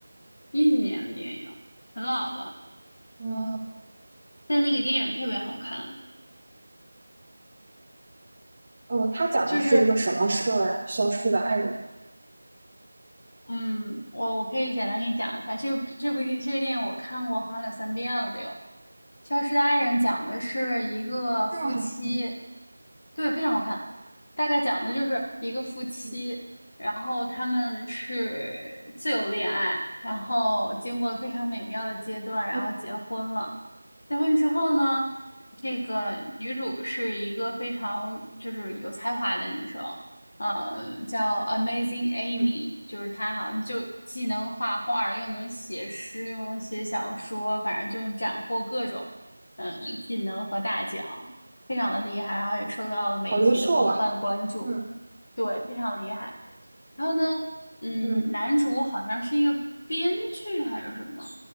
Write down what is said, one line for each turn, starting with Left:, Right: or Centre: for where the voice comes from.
Left: 一几年的电影，很老了，
Right: 嗯
Left: 但那个电影特别好看。
Right: 哦，他讲的是一个什么事儿啊？
Left: 就是，
Right: 《消失的爱人》
Left: 嗯，我我可以简单给你讲一下，这部这部这个电影我看过好像两三遍了都有。《消失的爱人》讲的是一个夫妻，
Right: 这么好，<laughs>
Left: 对，非常好看。大概讲的就是一个夫妻，
Right: 嗯
Left: 然后他们是自由恋爱，然后经过了非常美妙的阶段，然后结婚了。
Right: 嗯
Left: 结婚之后呢，这个女主是一个非常就是有才华的女生，呃，叫 Amazing Amy，
Right: 嗯，
Left: 就是她好像就既能画画儿，又能写诗，又能写小说，反正就是斩获各种。嗯技能和大奖，非常的厉害，然后也受到了媒体的广泛关注，
Right: 好优秀啊！嗯
Left: 对，非常厉害。然后呢，嗯，
Right: 嗯
Left: 男主好像是一个编剧还是什么，